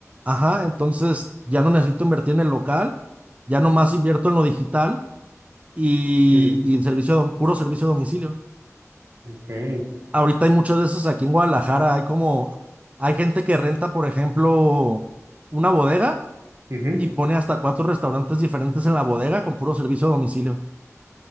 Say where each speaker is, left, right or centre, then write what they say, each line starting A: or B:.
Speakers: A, on the right (about 25°); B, on the right (about 65°).
A: Ajá, entonces ya no necesito invertir en el local, ya nomás invierto en lo digital y,
B: Ujú,
A: y servicio, puro servicio a domicilio.
B: Ok.
A: ahorita hay muchas veces aquí en Guadalajara, hay como, hay gente que renta, por ejemplo, una bodega
B: Ujú.
A: y pone hasta cuatro restaurantes diferentes en la bodega con puro servicio a domicilio.